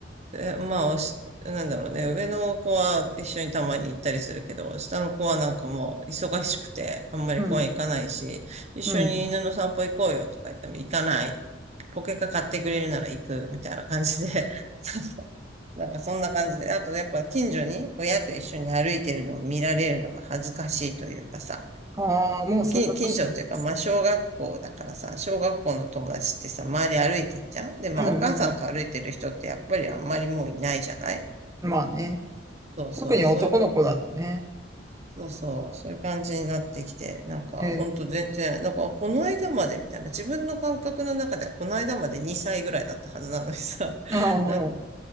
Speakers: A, on the right; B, on the right.
A: え、まあ、おし、なんだろうね。上の子は一緒にたまに行ったりするけど、下の子はなんかもう忙しくて、あんまり公園行かないし、
B: うん。
A: 一緒に犬の散歩行こうよとか言っても行かない
B: うん。
A: ポケカ買ってくれるなら行くみたいな感じで、<laughs> そうそうなんかそんな感じで、あとやっぱ近所に親と一緒に歩いてるのを見られるのが恥ずかしいというかさ、
B: ああ、もうそんな年なの。
A: 近、近所っていうか、まあ小学校だからさ、小学校の友達ってさ、周り歩いてんじゃんで、まあお母さんと歩いてる人ってやっぱりあんまりもういないじゃない
B: うんうんうん。まあね。
A: そうそう、
B: 特に男の子だとね。
A: そういう、そうそう、そういう感じになってきて、なんか、
B: ええ
A: ほんと全然、なんか、この間までみたいな、自分の感覚の中では、この間まで2歳ぐらいだったはずなのにさ、<laughs>
B: ああ、うん。
A: なんか